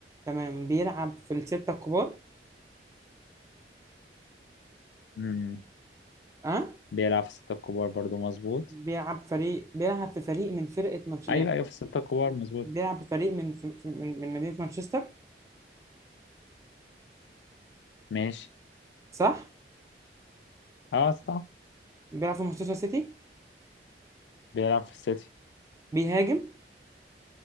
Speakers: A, on the right; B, on the left.
A: تمام بيلعب في الستة الكبار
B: امم
A: أه
B: بيلعب في الستة الكبار برضو مظبوط
A: بيلعب فريق بيلعب في فريق من فرقة مانش... يعني
B: ايوه ايوه في الستة الكبار مظبوط
A: بيلعب في فريق من في... في- من من مدينة مانشستر
B: ماشي
A: صح
B: اه صح
A: بيلعب في مانشستر سيتي
B: بيلعب في السيتي
A: بيهاجم